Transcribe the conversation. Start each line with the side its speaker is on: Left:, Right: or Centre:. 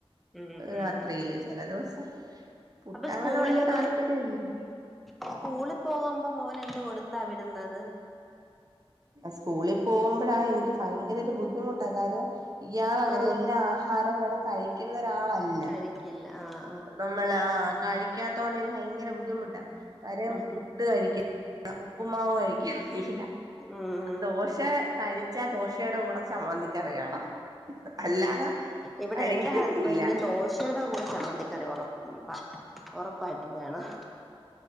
Centre: ഉം ഉം
Right: രാത്രിയില് ചില ദിവസം പുട്ട
Centre: അപ്പൊ സ്കൂളിലൊക്കെ
Right: അങ്ങനെ വലിയ താല്പര്യം ഇല്ല.
Centre: സ്കൂളിൽ പോകുമ്പോ മോൻ എന്ത് കൊടുത്താ വിടുന്നത്.
Right: സ്കൂളിൽ
Centre: സ്കൂ
Right: പോകുമ്പോഴാ എനിക്ക് ഭയങ്കര ഒരു ബുദ്ധിമുട്ടാ കാര്യം ഇയാൾ അങ്ങനെ
Centre: ആഹ്
Right: എല്ലാ ആഹാരങ്ങളും കഴിക്കുന്നരാളല്ല.
Centre: കഴിക്കില്ല ആഹ്
Right: ആഹ് കഴിക്കാത്തോണ്ട് ഭയങ്കര ബുദ്ധിമുട്ട കാര്യം
Centre: ഉം
Right: പുട്ട് കഴിക്ക ആ ഉപ്പുമാവ് കഴിക്കറില്ല
Centre: ഉം
Right: ദോഷ പക്ഷെ കഴിച്ച ദോശയുടെ കൂടെ ച മ്മന്തിക്കറി വേണം. അല്ലാതെ
Centre: ഇവിടെ
Right: കഴിക്കത്തില്ല
Centre: എൻന്റെ ഹസ്ബൻഡിനും ദോശയുടെ കൂടെ ചമ്മന്തിക്കറി ഉറപ്പ ഉറപ്പായിട്ടും വേണം.